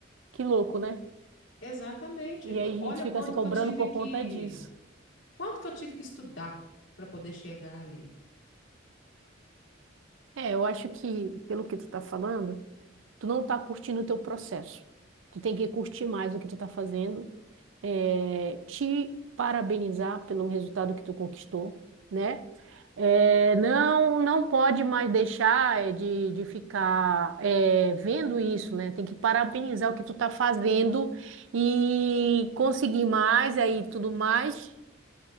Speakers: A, on the right; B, on the left.
A: Que louco, né?
B: Exatamente.
A: E aí a gente
B: Olha
A: fica
B: quanto
A: se cobrando
B: que eu tive
A: por
B: que,
A: conta disso.
B: quanto que eu tive que estudar para poder chegar ali.
A: É, eu acho que, pelo que tu tá falando, tu não tá curtindo o teu processo. Tu tem que curtir mais o que tu tá fazendo, é, te parabenizar pelo resultado que tu conquistou né? É, não, não pode mais deixar é, de, de ficar é, vendo isso, né? Tem que parabenizar o que tu está fazendo e conseguir mais aí tudo mais.